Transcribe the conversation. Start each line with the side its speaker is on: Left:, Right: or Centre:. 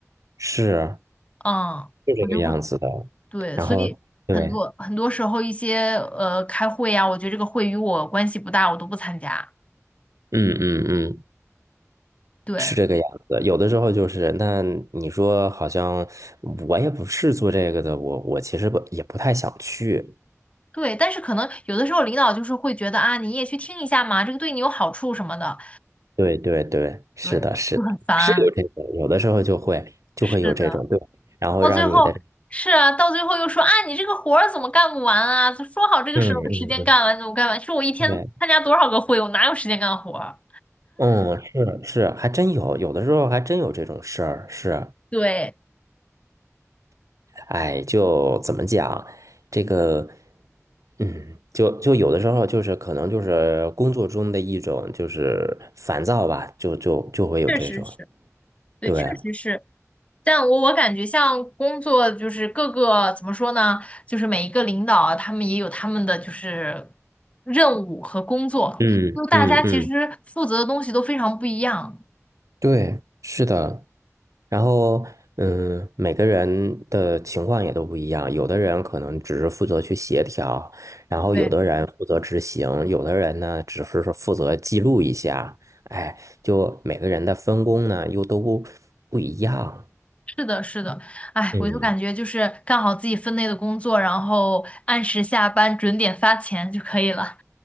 Right: 是
Left: 嗯，
Right: 是这个样子的。
Left: 我就会，对，
Right: 然后对，
Left: 所以。很多很多时候，一些呃开会呀、我觉得这个会与我关系不大，我都不参加。
Right: 嗯嗯嗯。
Left: 对，
Right: 是这个样子，有的时候就是，那你说好像我也不是做这个的，我我其实不也不太想去。
Left: 对，但是可能有的时候领导就是会觉得啊，你也去听一下嘛，这个对你有好处什么的，
Right: 对对对，是的，
Left: 对，
Right: 是的，
Left: 就很烦。
Right: 是有这种，有的时候就会就会有这种，
Left: 是的，
Right: 对，然后让你的，
Left: 到最后是啊，到最后又说啊，你这个活儿怎么干不完啊？就说好这个时候时间干完怎么干完？
Right: 嗯嗯
Left: 说我一天参加多少个会，
Right: 嗯，对，
Left: 我哪有时间干活儿
Right: 嗯，是是，还真有，有的时候还真有这种事儿，是，
Left: 对，
Right: 哎，就怎么讲，这个，嗯，就就有的时候就是可能就是工作中的一种就是烦躁吧，就就就会有这种，
Left: 确实是。对，
Right: 对，
Left: 确实是，但我我感觉像工作就是各个怎么说呢，就是每一个领导啊他们也有他们的就是任务和工作，
Right: 嗯嗯嗯，
Left: 就大家其实负责的东西都非常不一样。
Right: 对，是的。然后，嗯，每个人的情况也都不一样，有的人可能只是负责去协调，然后有的人负责执行，
Left: 对，
Right: 有的人呢只是说负责记录一下，哎，就每个人的分工呢又都不不一样。
Left: 是的，是的，哎，
Right: 嗯
Left: 我就感觉就是干好自己分内的工作，然后按时下班，准点发钱就可以了。